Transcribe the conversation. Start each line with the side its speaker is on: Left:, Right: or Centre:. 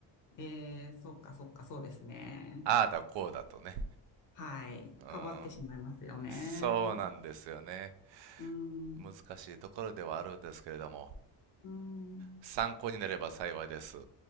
Left: えー、そっかそっか、そうですね。
Right: <laughs> ああだこうだとね。
Left: はい。
Right: うん。
Left: かばってしまいますよね。
Right: そうなんですよね。
Left: うん。
Right: 難しいところではあるんですけれども、
Left: うん。
Right: 参考になれば幸いです。